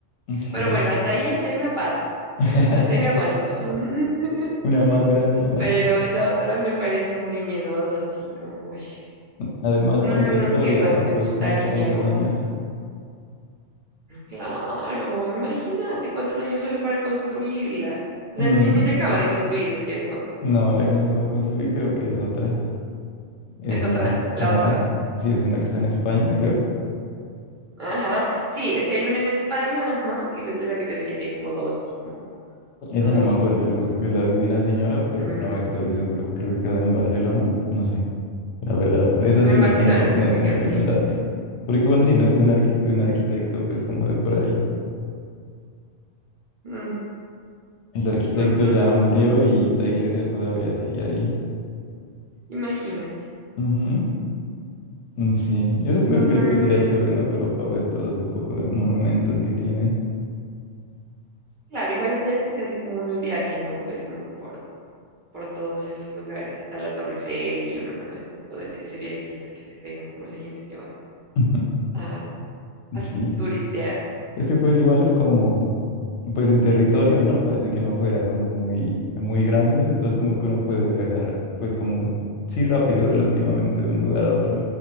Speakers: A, on the left; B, on the right.
A: Sí.
B: Pero bueno, hasta ahí, hasta ahí me paso.
A: <laughs>
B: <laughs> Hasta ahí me aguanto. <laughs>
A: Una más grande ya no.
B: Pero esa otra me parece muy miedoso, sí, como, uy.
A: Además,
B: Mm,
A: cuánta historia,
B: ¿qué más
A: ¿no?
B: me
A: Pues
B: gustaría?
A: como cuántos
B: Como,
A: años.
B: claro, imagínate cuántos años solo para construirla. O
A: Mm,
B: sea, ni, ni se acaba de construir, es que es, ¿no?
A: no, la que nos acabo de construir creo que es otra. Es
B: ¿Es
A: una,
B: otra? ¿La
A: ajá,
B: otra?
A: sí, es una que está en España, creo.
B: Ajá. Sí, es que hay una en España, ajá. Y esa es la que te decía que hay como dos, así como
A: Esa
B: muy...
A: no me acuerdo el nombre, creo que es La Divina Señora, pero
B: mm,
A: no estoy seguro. Creo que queda en Barcelona, no sé. La verdad, de esa
B: en
A: sí no
B: Barcelona
A: tengo,
B: creo
A: no
B: que
A: tengo
B: queda
A: bien
B: así.
A: el dato. Porque igual sí, ¿no? Es de un, arqui- de un arquitecto, pues como de por ahí.
B: Mm,
A: El arquitecto
B: ujujú,
A: ya murió y la iglesia todavía sigue ahí.
B: Imagínate.
A: Ujú, mm, Sí, eso
B: Mm,
A: pues creo que sería chévere, ¿no? De Europa, ver todo ese poco de monumentos que tienen.
B: claro, igual allá es que se hace como un viaje, ¿no? Pues como por, por todos esos lugares, hasta la Torre Eiffel y uno conoce como todo ese, ese viajecito que se pegan, como la gente que va
A: <laughs>
B: a, a
A: Sí.
B: turistear.
A: Es que pues igual es como, pues en territorio, ¿no? Parece que no fuera como muy, muy grande, entonces como que uno puede viajar, pues como, sí, rápido relativamente de un lugar a otro.